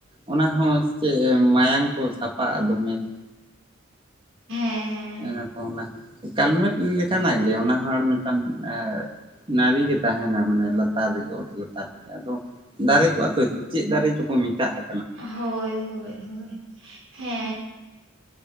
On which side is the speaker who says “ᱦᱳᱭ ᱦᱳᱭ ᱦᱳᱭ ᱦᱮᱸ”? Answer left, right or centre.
Right